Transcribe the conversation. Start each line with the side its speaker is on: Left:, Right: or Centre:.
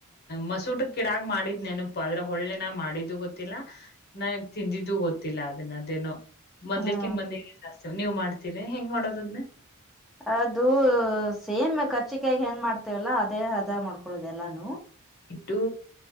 Left: ಮಸೂಟ್ ಕಿಡಕ್ ಮಾಡಿದ್ ನೆನು ಆದ್ರೆ ಒಳ್ಳೆ ನಾ ಮಾಡಿದ್ದು ಗೊತ್ತಿಲ್ಲ ನಾ ತಿಂದಿದ್ದೂ ಗೊತ್ತಿಲ್ಲ ಅದನ್ನದೇನು ಮೊದ್ಕ್ಕಕನ್
Centre: ಹಾ
Left: ಮಂದ ಜಾಸ್ತಿ ನೀವು ಮಾಡ್ತೀರಿ ಹೆಂಗ ಮಾಡೋದ್ನೆ
Centre: ಅದು ಸೇಮ್ ಕರ್ಚಿಕಾಯಗೆ ಹೆಂಗ್ ಮಾಡ್ತೇವಲ್ಲ ಅದೇ ಹದ ಮಾಡ್ಕೊಳದೆ ಎಲ್ಲಾನ
Left: ಇಟ್ಟು